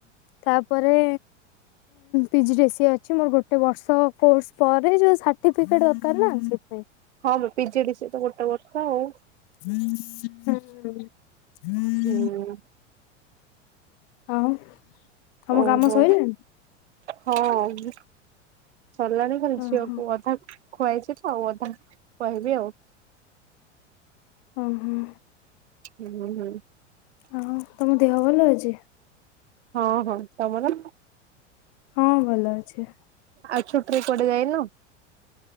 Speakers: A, on the left; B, on the right.
A: ତାପରେ P G D C A ମୋର ଗୋଟେ ବର୍ଷ କୋର୍ସ ପରେ ଯୋଉ ସାର୍ଟିଫିକେଟ ଦରକାର ନା ସେଥିପାଇଁ।
B: ହଁ ବେ P G D C A course ତ ଗୋଟେ ବର୍ଷ ଆଉ।
A: ହୁଁ ହୁଁ।
B: ହୁଁ।
A: ଆଉ ତମ
B: ଓ
A: କାମ
B: ହୋ।
A: ସଇଲାଣି?
B: ହଁ ସରିଲାଣି ଖାଲି
A: ଓହୋ।
B: ଝିଅକୁୁ ଅଧା ଖୁଆଇଛି ତ ଆଉ ଅଧା ଖୁଆଇବି ଆଉ।
A: ହୁଁ ହୁଁ।
B: ହୁଁ ହୁଁ।
A: ଆଉ ତମ ଦେହ ଭଲ ଅଛି?
B: ହଁ ହଁ ତମର?
A: ହଁ ଭଲ ଅଛି।
B: ଆଉ ଛୁଟିରେ କୁଆଡ଼େ ଯାଇନୁ?